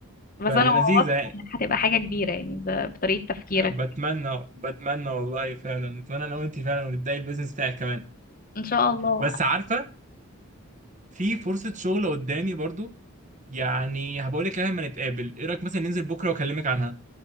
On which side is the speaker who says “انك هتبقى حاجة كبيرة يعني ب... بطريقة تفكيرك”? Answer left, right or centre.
Left